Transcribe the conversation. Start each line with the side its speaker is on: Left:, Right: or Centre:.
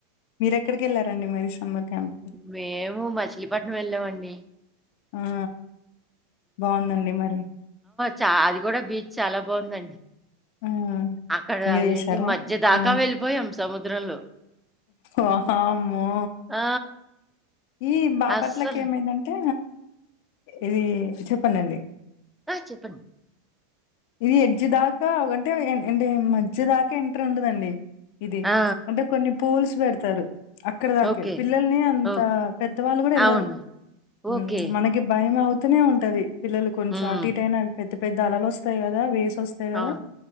Left: మీరు ఎక్కడికేళ్లారండి మరి సమ్మర్ క్యాంప్‌కి?
Centre: మేము మచిలీపట్నం వెళ్ళామండి
Left: ఆ బాగుందండి మరి
Centre: చ అది కూడా బీచ్ చాలా బాగుందండి
Left: ఆ!
Centre: అక్కడ
Left: ఎంజాయ్ జేశారా?
Centre: ఏంటి మధ్య దాకా
Left: ఆ!
Centre: వెళ్ళిపోయాం సముద్రంలో
Left: వామ్మో
Centre: ఆ!
Left: ఈ బాపట్లలకు
Centre: అస్సలు
Left: ఏమైందంటే ఇది చెప్పనండి
Centre: ఆ చెప్పండి
Left: ఇది ఎడ్్జి దాకా అంటే ఏడ్జ్ దాకా ఎంటర్ ఉండదండి ఇది
Centre: ఆ!
Left: అంటే కొన్ని పోల్స్ పెడుతారు అక్కడ దాకే
Centre: ఓకే.
Left: పిల్లల్ని అంత
Centre: ఓహ్!
Left: పెద్దవాళ్ళు కూడా వెళ్ళరు
Centre: అవును. ఓకే.
Left: మ్ మనకి భయం అవ్ తునే ఉంటది పిల్లలు కొంచం
Centre: హ్మ్.
Left: అటు ఇటైనా పెద్ద పెద్ద అలలు వస్తాయి కదా వేస్ కోస్తాయి
Centre: ఆ!
Left: కదా